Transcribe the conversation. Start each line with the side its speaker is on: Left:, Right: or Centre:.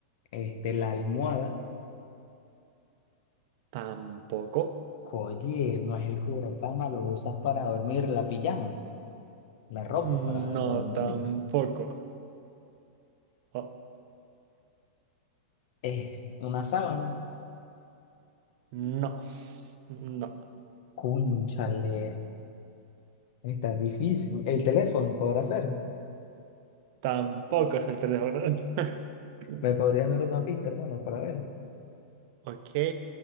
Left: este, la almohada.
Right: Tampoco.
Left: Oye, no es el cubrecama, lo usas para dormir, la pijama, la ropa
Right: No,
Left: para dormir.
Right: tampoco. Oh,
Left: es una sábana.
Right: no. No.
Left: Cónchale, está difícil. El teléfono podrá ser.
Right: Tampoco es el teléfono. <laughs>
Left: ¿Me podrías dar una pista, hermano, para ver?
Right: Ok.